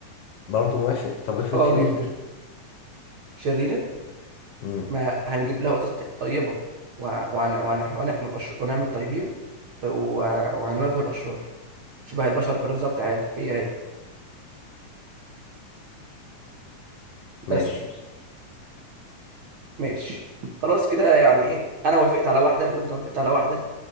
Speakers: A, on the left; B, on the right.
A: برضه موافق طب افرض
B: اه
A: في
B: جدا
A: قطط
B: شريره
A: امم
B: ما هنجيب لها قطط طيبه وهنعمل وهن... وهن... وهن- وهنعمل أش... ونعمل طيبين و- وهنواجه الاشرار شبه البشر بالظبط عادي هي هي
A: ماشي
B: بس
A: يا اسطى.
B: ماشي خلاص كده يعني ايه انا وافقت على واحده وانت وافقت على واحده